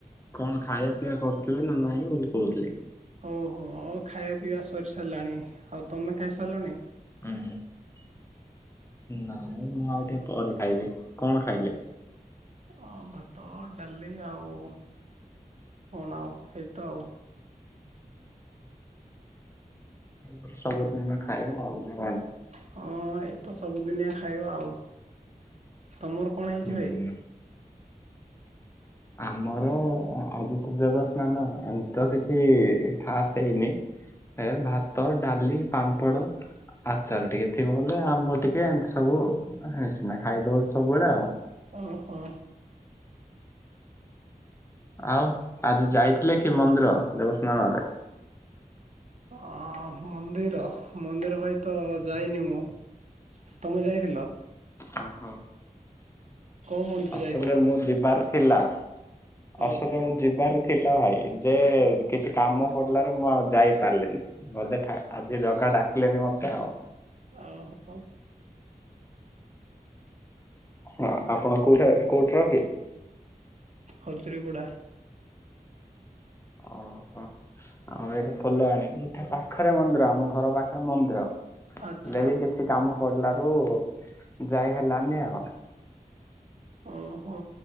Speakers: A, on the left; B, on the right.
A: କଣ ଖାଇବା ପିଇବା କରୁଥିଲେ ନା ନାହିଁ ବୋଲି କହୁଥିଲି?
B: ଓହୋ, ଆଉ ଖାଇବା ପିଇବା ସରି ସାରିଲାଣି। ଆଉ ତମେ ଖାଇସାରିଲଣି?
A: <unintelligible> ନାଇଁ ମୁଁ ଆଉ ଟିକେ ପରେ ଖାଇବି। କଣ ଖାଇଲେ?
B: ହଁ ଭାତ, ଡାଲି ଆଉ କଣ ଆଉ ଏଇ ତ ଆଉ।
A: ତମର ସବୁଦିନ ଖାଇବ ଆଉ ପୁଣି କଣ?
B: ହଁ ଏଇତ ସବୁଦିନିଆ ଖାଇବା ଆଉ। ତମର କଣ ହେଇଛି
A: ହୁଁ।
B: ଭାଇ?
A: ଆମର ଆଜି ତ ଦେବସ୍ନାନ, ଏମତି ତ କିଛି ଖାସ ହେଇନି। ଏ ଭାତ, ଡାଲି, ପାମ୍ପଡ଼ ଆଚାର ଟିକେ ଥିବ ବଲେ, ଆମ୍ବ ଟିକେ, ଏମତି ସବୁ ଆଉ। ଆମେ ସିନା ଖାଇଦଉଚୁ ସବୁବେଳେ ଆଉ।
B: ଓହୋ।
A: ଆଉ ଆଜି ଯାଇଥିଲେ କି ମନ୍ଦିର ଦେବସ୍ନାନରେ?
B: ଅ ମନ୍ଦିର, ମନ୍ଦିର ଭାଇ ତ ଯାଇନି ମୁଁ। ତମେ ଯାଇଥିଲ?
A: ହଁ ହଁ।
B: କୋଉ ମନ୍ଦିର
A: ଆକଚୁଆଲି
B: ଯାଇଥିଲ?
A: ମୁଁ ଯିବାର ଥିଲା,
B: ଓହୋ
A: ଆସିଲି ମୁଁ ଯିବାର ଥିଲା ଭାଇ, ଯେ କିଛି କାମ ପଡିଲାରୁ ମୁଁ ଆଉ ଯାଇ ପାରିଲିନି। ବୋଧେ ଠା ଆଜି ଜଗା ଡାକିଲେନି ମତେ ଆଉ।
B: ଓ ହଁ।
A: ହଁ ଆପଣ କୋଉଠାକ କୋଉଠାର କି?
B: ହଜୁରୀଗୁଡ଼ା।
A: ଓହୋ। ଆଉ ଏଇଠି ଖୋଲ ଆଣିକି, ଏଠା ପାଖରେ ମନ୍ଦିର ଆମ ଘର ପାଖରେ ମନ୍ଦିର। ହେଲେ
B: ଆଚ୍ଛା
A: ବି କିଛି କାମ ପଡ଼ିଲାରୁ ଯାଇ ହେଲାନି ଆଉ।
B: ଓହୋ।